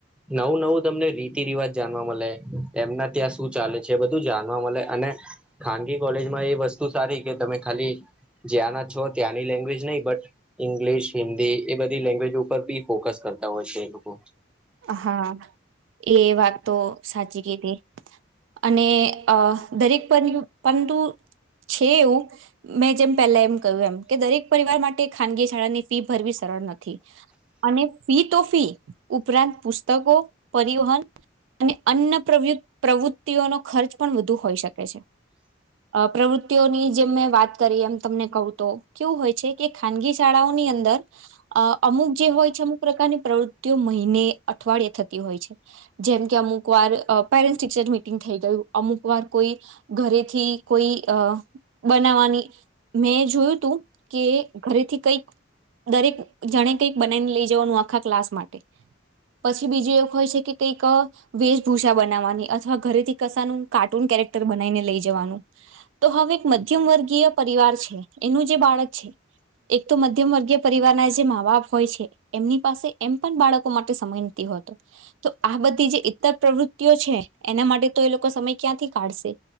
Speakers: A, in the centre; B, on the right (about 70°).
A: નવું નવું તમને ર તી રિવાજ જાણવા મળે, એમના ત્યાં શું ચાલે છે બધું જાણવા મળે, અને ખાનગી કોલેજમાં એ વસ્તુ સારી કે તમે ખાલી જ્યાંના છો ત્યાંની લેંગ્વેજ નહી બટ ઈંગ્લિશ હિન્દી એ બધી લેંગ્વેજ ઉપર બી ફોકસ કરતા હોય છે એ લોકો
B: હા એ વાત તો સાચી કીધી અને અ દરેક પરું છે પન્ટુ છે એવું મેં જેમ પહેલા એમ કહ્યું એમ કે દરેક પરિવાર માટે ખાનગી શાળાની ફી ભરવી સરળ નથી. અને ફી તો ફી ઉપરાંત પુસ્તકો, પરિવહન અને અન્ન પ્રવૃ પ્રવૃત્તિઓનો ખર્ચ પણ વધુ હોઈ શકે છે પ્રવૃત્તિઓની જેમ મેં વાત કરી એમ તમને કહું તો કેવું હોય છે કે ખાનગી શાળાઓની અંદર અમુક જે હોય છે અમુક પ્રકારની પ્રવૃતિઓ ને અઠવાડયે થતી હોય છે. જેમ કે અમુક વાર પેરેન્ટ્સ ટીચર મિટિંગ થઈ ગયું અમુક વાર કોઈ ઘરેથી કોઈ અ બનાવાની મેં જોયું તું કે ઘરેથી કઈક દરેક જણે કંઈક બનાવીને લઈ જવાનું આખા ક્લાસ માટે પછી બીજું એવુ હોય છે કે કઈક વેેશભૂષા બનાવવાની અથવા ઘરેથી કસાાનું કાર્ટૂન કેરેક્ટર બનાવીને લઈ જવાનું. તો હવે એક મધ્યમ વર્ગીય પરિવાર છે એનું જે બાળક છે એક તો મધ્યમ વર્ગીય પરિવાર ના જે મા બાપ હોય છે એમની પાસે એમ પણ બાળક લોકો માટે સમય નથી હોતો. તો આ બધી જે ઈતર પ્રવૃત્તિઓ છે એના માટે તો એ લોકો સમય ક્યાંથી કાઢશે.